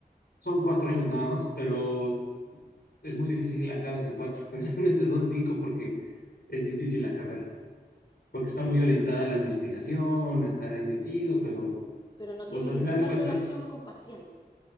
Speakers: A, on the left; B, on the left.
A: Son cuatro años nada más, pero es muy difícil que la acabes en cuatro. <laughs> Generalmente son cinco porque es difícil la carrera, porque está
B: ne-
A: muy orientada a la investigación, a estar ahí metido, pero
B: pero no
A: pues
B: tienes
A: al
B: ninguna
A: final de cuentas,
B: relación con pacientes,